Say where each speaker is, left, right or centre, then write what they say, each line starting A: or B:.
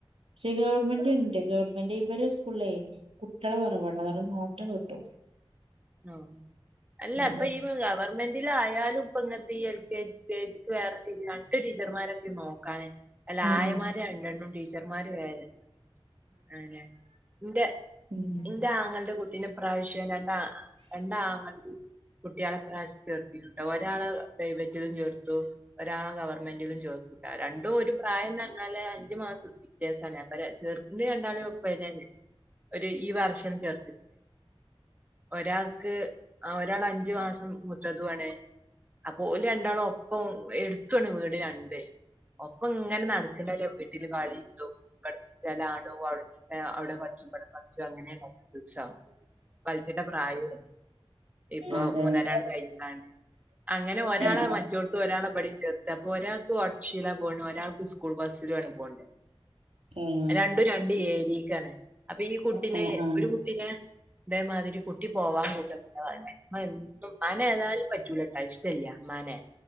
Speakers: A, on the right; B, on the right.
A: ഷെ- ഗവർമെന്റ് - <inaudible> ഗവൺമെന്റ് ഇവരെ- സ്കൂളിലേയ് കുട്ട്യാള് കൊറവാണ്. അതൊണ്ട്ന്നോട്ടം കിട്ടും.
B: ആഹ് അല്ല
A: ഉം
B: ഇപ്പോ ഈ- ഗവൺമെന്റിലായാലും ഇപ്പ ഇങ്ങൻതീ എൽ. കെ. ജ്- കേജിക്ക് വേറെത്തിരിയാണ്. എട്ട് ടീച്ചർമാരൊക്കെ നോക്കാന് അയ്യാമാർ
A: ഉം
B: രണ്ടെണ്ണും ടീച്ചർമാര് വെറിം. അതന്നെ ഇന്റെ
A: ഉം ഉം
B: ഇന്റെആങ്ങളന്റെ കുട്ടീനെ ഈ പ്രാവ്ശ്യം രണ്ടാ രണ്ടാങ്ങൾന്റിം കുട്ട്യാളെ ഇപ്രാവ്ശ്യം ചേർത്തിനുട്ടോ ഒരാളെ പ്രൈവറ്റിലും ചേർത്തു ഒരാളെ ഗവർമെന്റിലും ചെർത്തു രണ്ടും ഒരു പ്രായംഎന്ന് പറഞ്ഞാല് അഞ്ചു മാസത്തിന്റെ വ്യത്യാസാണ് അപ്പോ ചേർക്കുമ്പോൾ രണ്ടു പേരെയു ഒപ്പന്നല്ലെ ഒരു ഈ വർഷം ചേർത്ത് ഒരാൾക്ക് ആഹ് ഒരാൾ അഞ്ചു മാസം മൂത്തതുവാണ് അപ്പോ ഓല് രണ്ടാളും ഒപ്പം എടുത്തുയാണ് വീട് രണ്ടുഉം ഒപ്പം ഇങ്ങനെ നടക്കുന്നതല്ലേ വീട്ടിലും കളിയിലും ഇവിടെ കളിക്കും അങ്ങോട്ട്‌ പോകും അവിടെ കളിക്കുമ്പോൾ ഇവിടെയും കളിക്കും അങ്ങനെണ് ദിവസം അതിന്റെ പ്രായം അല്ലേ ഇപ്പൊ
A: അതാണ്
B: മൂന്നരണ് കഴിഞ്ഞ്ക്കാണ്ട് അങ്ങനെ ഒരാളെ
A: ഉം
B: മറ്റൊട്ത് ഒരാളെ ഇപടിം ചേർത്ത് അപ്പൊ ഒരാൾക്ക് ഒട്ടെർഷിലാ പോണ് ഒരാൾക്ക് സ്കൂൾ ബസ്സിലുമാണ് പോക്കുന്നെ
A: ഉം
B: രണ്ടും രണ്ടും അയിൽ ക്കാണ് അപ്പൊ ഈ കുട്ടിനെ
A: ഉം ഉം ഉം ഉം ഏഹ് അതന്നെ ഉം ഉം ഉം ഉം
B: ഒരു കുട്ടിനെ ഇതെമാതിരി കുട്ടി പോവാൻ കൂട്ടക്കുല ഇമ്മയെന്നും ഇമ്മനെ ഏതാലും പറ്റൂലട്ടോ ഇഷ്ടല്ല ഇമ്മാനെ